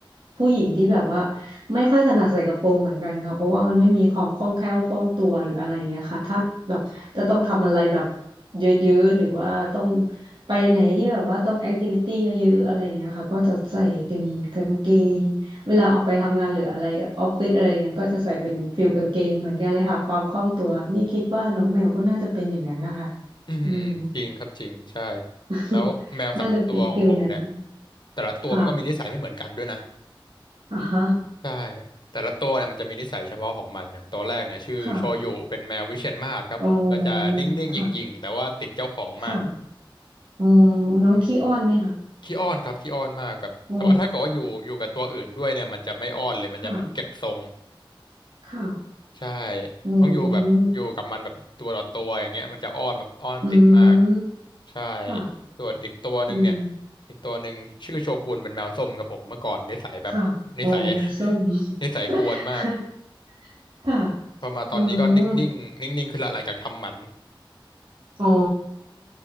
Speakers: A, on the right; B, on the left.
A: ผู้หญิงที่แบบว่าไม่ค่อยถนัดใส่กระโปรงเหมือนกันค่ะเพราะว่ามันไม่มีความคล่องแคล่วคล่องตัวหรืออะไรอย่างเงี้ยค่ะถ้าแบบจะต้องทำอะไรแบบเยอะๆหรือว่าต้องไปไหนที่แบบว่าต้องแอคทิวิตี้เยอะๆอะไรอย่างเงี้ยค่ะก็จะใส่เป็นกางเกงเวลาออกไปทำงานหรืออะไรออฟฟิศอะไรเงี้ยก็จะใส่เป็นฟิลกางเกงเหมือนกันเลยค่ะความคล่องตัวนี่คิดว่าน้องแมวก็น่าจะเป็นอย่างนั้นนะคะ
B: อืมอืมจริงครับจริงใช่
A: อืม <laughs>
B: แล้วแมวสามตัวของผมเนี่ย
A: น่าจะเป็นฟิลนั้น
B: แต่ละตัวมันก็มีนิสัยไม่เหมือนกันด้วยนะ
A: ค่ะอ่ะฮะ
B: ใช่แต่ละตัวเนี่ยมันจะมีนิสัยเฉพาะของมันอย่างตัวแรกเนี่ยชื่อโชยุเป็นแมววิเชียรมาศครับผมก็จะนิ่งๆหยิ่งๆแต่ว่าติดเจ้าของมาก
A: ค่ะอ๋อค่ะค่ะอ๋อน้องขี้อ้อนไหมคะ
B: อืมขี้อ้อนครับขี้อ้อนมากแบบแต่ว่าถ้าเกิดว่าอยู่อยู่กับตัวอื่นด้วยเนี่ยมันจะไม่อ้อนเลยมันจะเหมือนเก็บทรง
A: อ๋อค่ะค่ะ
B: ใช่
A: อื
B: ต้องอยู่แบบอยู่กับมันแบบตัวต่อตัวอย่างเงี้ยมันจะอ้อนแบบอ้อนติดมาก
A: มอืม
B: ใช่
A: ค่ะ
B: ส่วนอีกตัวหนึ่งเนี่ย
A: อืม
B: อีกตัวหนึ่งชื่อโชกุนเป็นแมวส้มครับผมเมื่อก่อนนิสัยแบบนิสัย
A: ค่ะอ๋อแมวส้ม
B: <laughs> นิสัยกวนมาก
A: <laughs> ค่ะ
B: พอมาตอนนี้ก็นิ่งนิ่งนิ่งนิ่งๆขึ้นละหลังจากทำหมัน
A: อืมอ๋อ